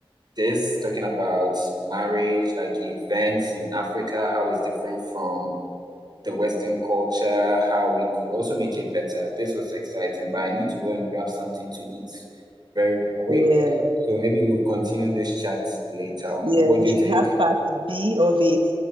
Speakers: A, on the right; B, on the right.
A: this, talking about marriage, like events in Africa, how it's different from the Western culture, how we could also make it better. This was exciting, but I need to go and grab something to eat very quick.
B: Yeah,
A: So maybe we'll continue this chat later on.
B: yeah,
A: What
B: we
A: do
B: should
A: you think?
B: have part B of it.